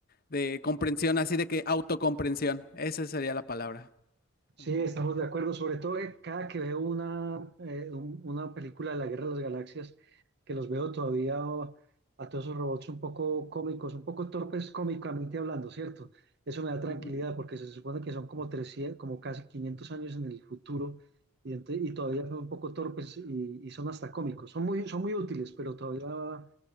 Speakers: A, on the left; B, on the right.
A: de comprensión, así de que autocomprensión. Esa sería la palabra.
B: Sí,
A: Ujú.
B: estamos de acuerdo, sobre todo que cada que veo una, eh, un- una película de la Guerra de las Galaxias, que los veo todavía o- a todos esos robots un poco cómicos, un poco torpes cómicamente hablando, ¿cierto? Eso me da tranquilidad
A: Ujú.
B: porque se supone que son como 300, como casi 500 años en el futuro y, ente- y todavía son un poco torpes y, y son hasta cómicos. Son muy, son muy útiles, pero todavía